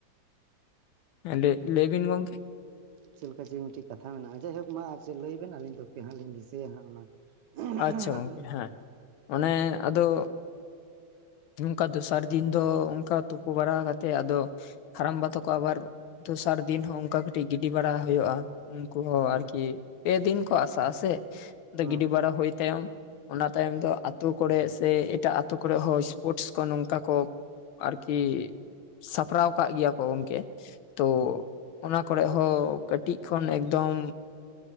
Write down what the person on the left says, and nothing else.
ᱮᱸᱫᱤᱡ ᱞᱟᱹᱭ ᱵᱤᱱ ᱜᱚᱢᱠᱮ ᱾
ᱟᱪᱪᱷᱟ ᱜᱚᱝᱠᱮ ᱦᱮᱸ ᱚᱱᱮ ᱟᱫᱚ ᱱᱚᱝᱠᱟ ᱫᱚᱥᱟᱨ ᱫᱤᱱ ᱫᱚ ᱚᱝᱠᱟ ᱛᱩᱯᱚ ᱵᱟᱲᱟ ᱠᱟᱛᱮᱜ ᱟᱫᱚ ᱦᱟᱨᱟᱢ ᱵᱟ ᱛᱟᱠᱚ ᱟᱵᱟᱨ ᱫᱚᱥᱟᱨ ᱫᱤᱱ ᱦᱚᱸ ᱚᱝᱠᱟ ᱠᱟᱹᱴᱤᱡ ᱜᱤᱰᱤ ᱵᱟᱲᱟ ᱦᱳᱭᱳᱜᱼᱟ ᱾ ᱩᱱᱠᱩ ᱦᱚᱸ
ᱟᱨᱠᱤ ᱯᱮᱫᱤᱱ ᱠᱚ ᱟᱥᱟᱜᱼᱟ ᱥᱮ
ᱜᱤᱰᱤ ᱵᱟᱲᱟ ᱦᱳᱭ ᱛᱟᱭᱚᱢ ᱚᱱᱟ ᱛᱟᱭᱚᱢ ᱫᱚ ᱟᱛᱳ ᱠᱚᱨᱮᱜ ᱥᱮ ᱮᱴᱟᱜ ᱟᱛᱳ ᱠᱚᱨᱮᱜ ᱦᱚᱸ ᱥᱯᱳᱨᱴᱥ ᱠᱚ ᱱᱚᱝᱠᱟ ᱠᱚ ᱟᱨᱠᱤ ᱥᱟᱯᱨᱟᱣ ᱠᱟᱜ ᱜᱮᱭᱟ ᱠᱚ ᱜᱚᱝᱠᱮ, ᱛᱚ
ᱚᱱᱟ ᱠᱚᱨᱮᱜ ᱦᱚᱸ ᱠᱟᱹᱴᱤᱡ ᱠᱷᱚᱱ ᱮᱠᱫᱚᱢ